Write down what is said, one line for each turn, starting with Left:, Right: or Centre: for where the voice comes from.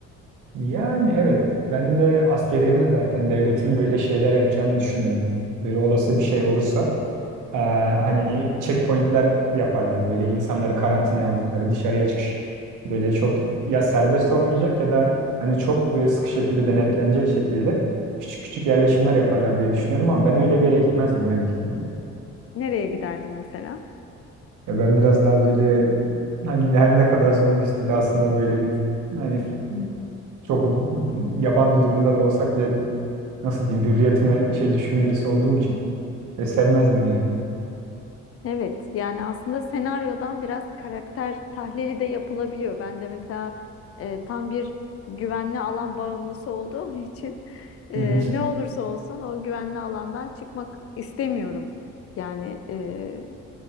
Right: Yani evet ben de askeriyenin zaten devletin böyle şeyler yapacağını düşünüyorum. Böyle olası bir şey olursa eee, hani checkpointler yaparlar böyle insanları karantinaya aldıkları dışarıya çıkış. Böyle çok ya serbest olmayacak ya da hani çok böyle sıkı şekilde denetlenecek şekilde küçük küçük yerleşimler yaparlar diye düşünüyorum ama ben öyle bir yere gitmezdim ya büyük ihtimalle.
Left: Nereye giderdi mesela?
Right: Ya ben biraz daha böyle hani her ne kadar zombi istilasında böyle bir hani çok yaban bir durumda da olsak bile nasıl diyeyim hürriyetime şey düşkün birisi olduğum için ve sevmezdim yani.
Left: Evet, yani aslında senaryodan biraz karakter tahlili de yapılabiliyor. Ben de mesela e, tam bir güvenli alan bağımlısı olduğum <laughs> için e,
Right: Hı hı.
Left: ne olursa olsun o güvenli alandan çıkmak istemiyorum. Yani e,